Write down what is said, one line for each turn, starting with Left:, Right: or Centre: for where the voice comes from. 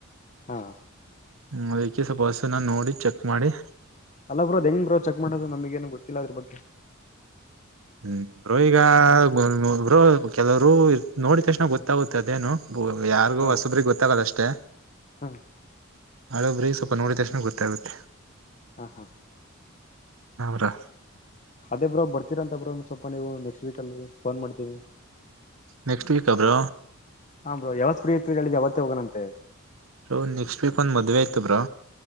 Left: ಹಾ
Right: ಹ್ಮ ಅದಕ್ಕೆ ಸ್ವಲ್ಪ್ ಹಸುನಾ ನೋಡಿ ಚೆಕ್ ಮಾಡಿ
Left: ಅಲ್ಲ ಬ್ರೋ ಅದ್ ಹೆಂಗ್ ಬರೋ ಚೆಕ್ ಮಾಡೋದು ನಮಗ ಏನು ಗೊತ್ತಿಲ್ಲ ಅದ್ರ ಬಗ್ಗೆ.
Right: ಹ್ಮ್ ಬ್ರೋ ಈಗ ಬ್ರೋ ಕೆಲವರು ನೋಡಿದ ತಕ್ಷಣ ಗೊತ್ತಾಗುತ್ತ ಅದೇನು ಯಾರಿಗೂ
Left: ಹಾ
Right: ಹೊಸಬ್ರಿಗೆ ಗೊತ್ತಾಗಲ್ ಅಷ್ಟೇ
Left: ಹಾ
Right: ಹಳಬ್ರೀಗ್ ಸ್ವಲ್ಪ ನೋಡಿದ ತಕ್ಷಣ ಗೊತ್ತಾಗುತ್ತೆ.
Left: ಹಾ ಹಾ
Right: ಅವ್ರ
Left: ಅದೇ ಬ್ರೋ ಬರ್ತೀರ ಅಂತ ಬ್ರೋ ಒಂದ್ ಸ್ವಲ್ಪ ನೀವು ನೆಕ್ಸ್ಟ್ ವೀಕ್ ಅಲ್ಲಿ ಫೋನ್ ಮಾಡ್ತೀನಿ.
Right: ನೆಕ್ಸ್ಟ್ ವೀಕ್ ಬ್ರೋ
Left: ಹ ಬ್ರೋ ಯಾವತ್ ಫ್ರೀ ಇರ್ತೀರ್ ಹೇಳಿ ಆವತ್ತೇ ಹೋಗಣಂತೆ.
Right: ಬ್ರೋ ನೆಕ್ಸ್ಟ್ ವೀಕ್ ಒಂದ್ ಮದ್ವೆ ಇತ್ತು ಬ್ರೋ.